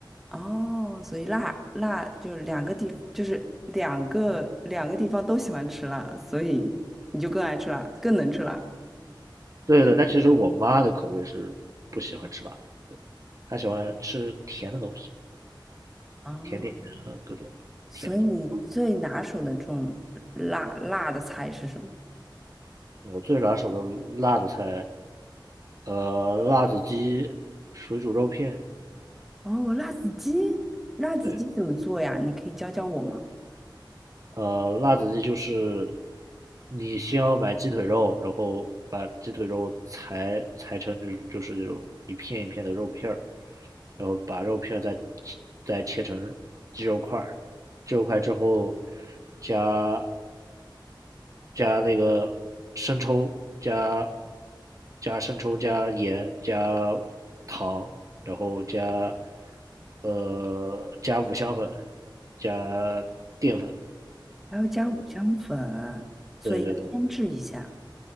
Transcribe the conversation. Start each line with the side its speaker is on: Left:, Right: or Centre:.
Centre: 哦，所以辣辣就两个地，就是两个两个地方都喜欢吃辣，所以你就更爱吃辣，更能吃辣。
Right: 对对，但其实我妈的口味是不喜欢吃辣的，对她喜欢吃甜的东西，
Centre: 哦，
Right: 甜点啊，各种甜的东西。
Centre: 所以你最拿手的这种辣辣的菜是什么？
Right: 我最拿手的辣的菜，呃，辣子鸡、水煮肉片，
Centre: 哦，辣子鸡，辣子鸡怎么做呀？
Right: 对，
Centre: 你可以教教我吗？
Right: 呃，辣子鸡就是你先要买鸡腿肉，然后把鸡腿肉裁裁成就是就是那种一片一片的肉片儿，然后把肉片儿再切再切成鸡肉块儿，鸡肉块之后加加那个生抽，加加生抽，加盐，加糖，然后加呃加五香粉，加淀粉，
Centre: 还要加五香粉，所以要腌制一下，
Right: 对对对